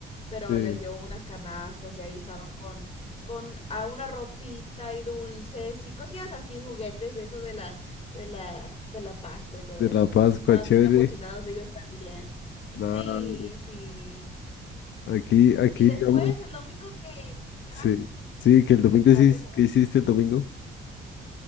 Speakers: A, on the left; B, on the left.
A: pero
B: De,
A: les dio unas canastas y ahí estaban con con ah, una ropita y dulces y cosillas así, juguetes de eso de la de la de la Pascua y todo
B: de
A: eso.
B: la
A: Entonces
B: Pascua,
A: estaban
B: chévere.
A: bien emocionados ellos también.
B: Claro.
A: Sí, sí.
B: Aquí, aquí,
A: Y después
B: digamos,
A: el domingo que ajá,
B: sí. Sí, que el domingo,
A: a
B: sí,
A: ver, cuéntame.
B: ¿qué hiciste el domingo?